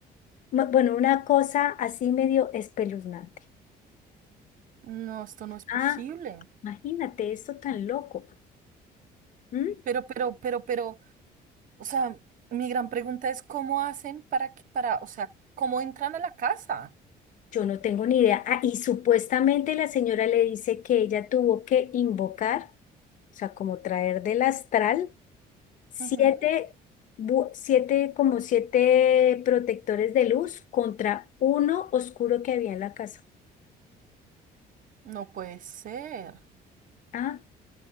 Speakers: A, on the left; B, on the right.
A: mu- bueno, una cosa así medio espeluznante.
B: No, esto no es posible.
A: Ah, imagínate eso tan loco. ¿Mm?
B: Pero, pero, pero, pero, o sea, mi gran pregunta es cómo hacen para, que- para, o sea, cómo entran a la casa.
A: Yo no tengo ni idea. Ah, y supuestamente la señora le dice que ella tuvo que invocar, o sea, como traer del astral, siete,
B: Ujú,
A: bu- siete, como siete protectores de luz contra uno oscuro que había en la casa.
B: No puede ser.
A: Ah,